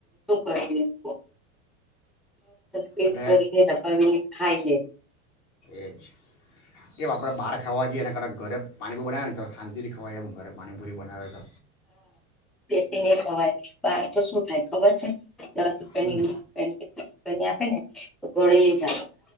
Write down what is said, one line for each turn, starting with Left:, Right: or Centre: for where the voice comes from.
Centre: કરે લોકો પેટ
Left: અને
Centre: ભરીને દબાવીને ખાઈલે
Left: એજ એવા આપણે બહાર ખાવા જઈએ એ એના કરતાં ઘરે પાણીપુરી બનાવે તો‌ શાતી થી ખવાય તોય એમ ઘરે પાણીપુરી બનાવે તો
Centre: તે ખવાય બાર તો શું થાય ખબર છે દસ રૂપિયા
Left: હમ
Centre: ની વીસ રૂપિયા ને રૂપિયા ની આપે ને તો ગનેલી જ